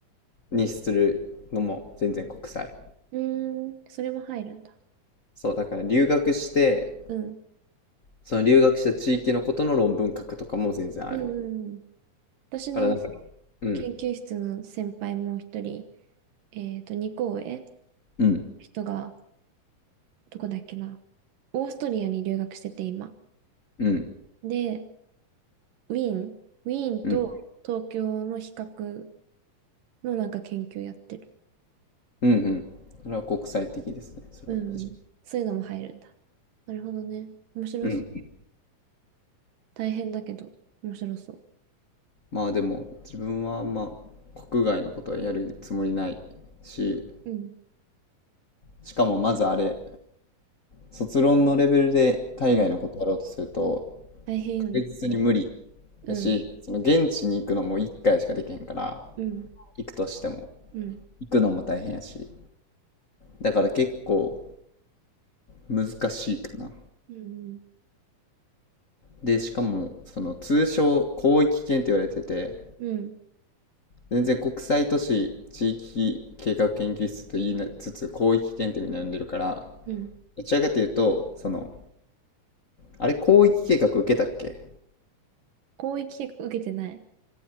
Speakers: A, on the left; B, on the right.
A: にするのも全然国際。
B: うーん、それも入るんだ。
A: そう、だから留学して、
B: うん。
A: その留学した地域のことの論文書くとかも全然ある。
B: うん、うん。私の
A: だからなんか、うん。
B: 研究室の先輩も一人、えっと、2校上、
A: うん、
B: 人が、どこだっけな。オーストリアに留学してて、今。
A: うん、
B: で、ウィーン、ウィーンと東京の比較
A: うん、
B: のなんか研究やってる。
A: うん、うん。それは国際的ですね。それは非
B: うん。そういうのも入るんだ。なるほどね。面白そう。
A: 常に。うん。
B: 大変だけど、面白そ
A: まあでも、自分はあんま国外のことはやるつもりないし、
B: う。うん。
A: しかもまずあれ、卒論のレベルで海外のことやろうとすると、
B: うん大変よね。
A: 確実に無理
B: うん、
A: だし、その現地に行くのも1回しかできへんから、
B: うん、
A: 行くとしても、
B: うん、
A: 行くのも大変やし、だから結構難しいかな。
B: うん、
A: で、しかも、その通称広域圏って言われてて、
B: うん、
A: 全然国際都市地域計画研究室と言いなつつ広域検定みたいなの呼んでるから
B: うん。
A: どちらかというとそのあれ広域計画受けたっけ
B: 広域結構受けてない